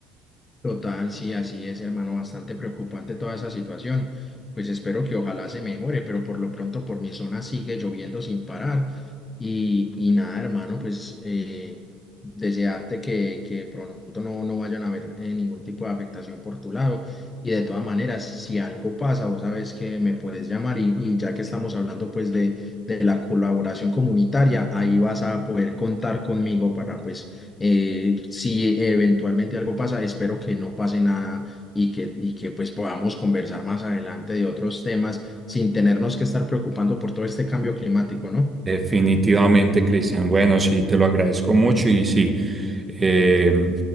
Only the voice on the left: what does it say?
Total, sí, así es, hermano, bastante preocupante toda esa situación. Pues espero que ojalá se mejore, pero por lo pronto por mi zona sigue lloviendo sin parar. Y, y nada, hermano, pues eh, desearte que, que pronto no, no vayan a haber eh, ningún tipo de afectación por tu lado. Y de todas maneras, si algo pasa, vos sabes que me puedes llamar y, y ya que estamos hablando pues de, de la colaboración comunitaria, ahí vas a poder contar conmigo para pues eh, si eventualmente algo pasa, espero que no pase nada y que, y que pues podamos conversar más adelante de otros temas sin tenernos que estar preocupando por todo este cambio climático, ¿no?